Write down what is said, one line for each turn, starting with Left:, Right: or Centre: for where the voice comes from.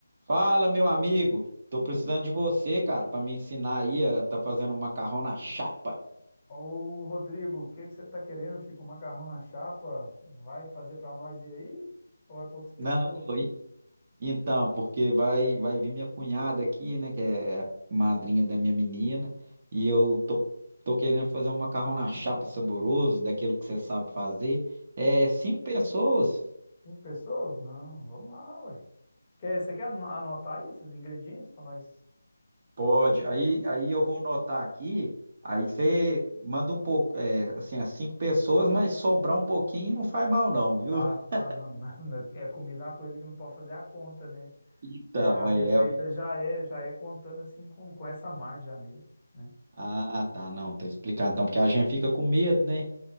Right: Fala, meu amigo. Tô precisando de você, cara, para me ensinar aí a tá fazendo um macarrão na chapa.
Left: Ô, Rodrigo, o que que você tá querendo? Fica um macarrão na chapa? Vai fazer pra nós ir aí? Ou é pra outras pessoas?
Right: Não, sou i- então, porque vai vai vir minha cunhada aqui, né, que é madrinha da minha menina, e eu tô tô querendo fazer um macarrão na chapa saboroso, daquilo que você sabe fazer. É,
Left: Hum,
Right: cinco pessoas.
Left: Cinco pessoas? Não, vamos lá, ué. Quer, você quer ano- anotar aí esses ingredientes pra nós?
Right: Pode. Aí
Left: Tá,
Right: aí eu vou anotar aqui. Aí você manda um pouco, é, assim, as cinco pessoas, mas sobrar um pouquinho não faz mal não, viu?
Left: tá,
Right: <laughs>
Left: tá, não, <laughs> não, não, é comida é uma coisa que não pode fazer a conta, né?
Right: Então,
Left: É, a receita
Right: é.
Left: já é, já é contando assim com, com essa margem já mesmo, né?
Right: Ah, tá, não, tá explicado. Então, porque a gente fica com medo, né?